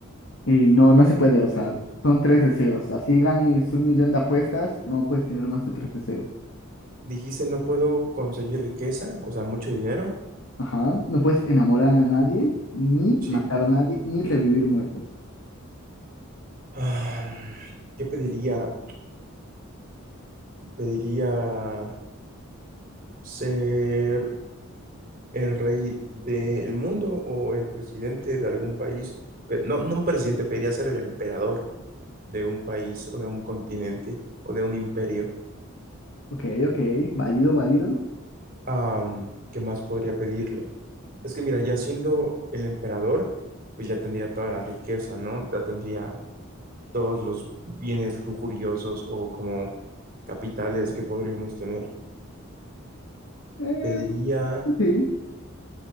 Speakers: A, on the left; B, on the right.
A: Y no, no se puede, o sea, son tres deseos. Así ganes un millón de apuestas, no puedes tener más de tres deseos.
B: Dijiste no puedo conseguir riqueza, o sea, mucho dinero,
A: Ajá, no puedes enamorar a nadie, ni
B: ¿sí?
A: matar a nadie, ni revivir muertos.
B: Ah, ¿qué pediría? ¿Pediría ser el rey del mundo o el presidente de algún país? Pe- no, no un presidente, pediría ser el emperador de un país o de un continente o de un imperio.
A: Ok, ok, válido, válido.
B: Am, ¿qué más podría pedirle? Es que mira, ya siendo el emperador, pues ya tendría toda la riqueza, ¿no? Ya tendría todos los bienes lujuriosos o como capitales que podríamos tener.
A: Eh,
B: Pediría,
A: sí,